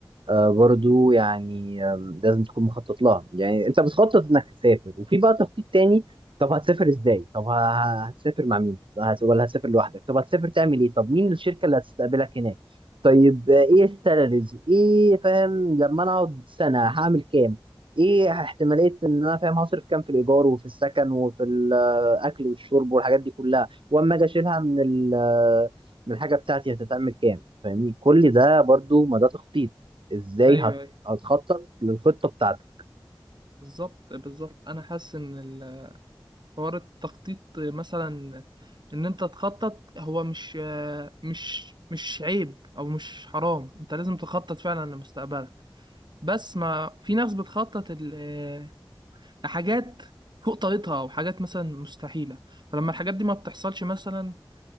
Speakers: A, on the right (about 70°); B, on the right (about 55°).
A: آه، برضو يعني آم، لازم تكون مخطط لها يعني انت بتخطط انك تسافر وفي بقى تخطيط تاني طب هتسافر ازاي طب ه- هتسافر مع مين هت- ولا هتسافر لوحدك طب هتسافر تعمل ايه طب مين الشركة اللي هتستقبلك هناك طيب آه، ايه السالاريز ايه فاهم لما انا اقعد سنة هعمل كام ايه احتمالية ان انا فاهم هصرف كام في الايجار وفي السكن وفي الاكل والشرب والحاجات دي كلها واما اجي اشيلها من ال- من الحاجة بتاعتي هتتعمل كام فاهمني كل ده برضو ما ده تخطيط ازاي
B: ايوه
A: هت-
B: ايوه
A: هتخطط للخطة بتاعتك
B: بالظبط بالظبط انا حاسس ان ال- حوار التخطيط مثلا ان انت تخطط هو مش مش مش عيب او مش حرام انت لازم تخطط فعلا لمستقبلك بس ما في ناس بتخطط ال- لحاجات فوق طاقتها او حاجات مثلا مستحيلة فلما الحاجات دي ما بتحصلش مثلا